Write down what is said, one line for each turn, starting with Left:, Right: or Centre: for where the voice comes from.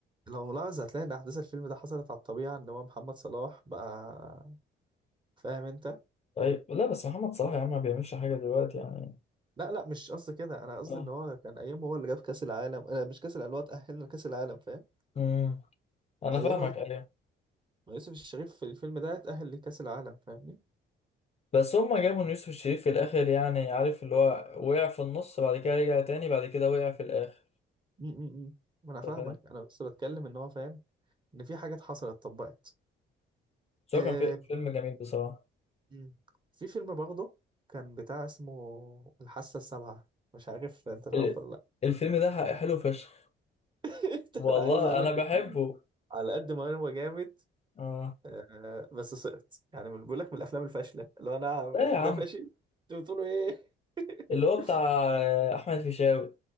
Right: لو ملاحظ هتلاقي ان احداث الفيلم ده حصلت على الطبيعه ان هو محمد صلاح بقى فاهم انت
Left: طيب لا بس محمد صلاح يا عم ما بيعملش حاجة دلوقتي يعني
Right: لا لا مش قصدي كده انا قصدي
Left: اه
Right: ان هو كان ايام هو اللي جاب كاس العالم لا مش كاس العالم اللي هو تاهلنا لكاس العالم فاهم
Left: امم انا
Right: ايام
Left: فاهمك ايوه
Right: ما يوسف الشريف في الفيلم ده اتأهل لكأس العالم فاهمني
Left: بس هما جابوا إن يوسف الشريف في الاخر يعني عارف اللي هو وقع في النص بعد كده رجع تاني بعد كده وقع في الاخر
Right: م- م- م. ما انا فاهمك
Left: انت فاهم
Right: انا بس بتكلم ان هو فاهم ان في حاجات حصلت اتطبقت
Left: بس
Right: آه
Left: هو كان في- فيلم جميل بصراحة
Right: م. في فيلم برضه كان بتاع اسمه الحاسة السابعة مش عارف انت تعرفه
Left: ال-
Right: ولا لا
Left: الفيلم ده حق- حلو فشخ
Right: <laughs> انت،
Left: والله
Right: انا عايز اقول
Left: انا
Right: لك
Left: بحبه
Right: على قد ما هو جامد
Left: اه
Right: آه بس سقط يعني من- بيقول لك من الافلام الفاشله اللي هو انا
Left: ده يا
Right: ده
Left: عم
Right: فاشل انتوا بتقولوا ايه <laughs>
Left: اللي هو بتاع آه، احمد فيشاوي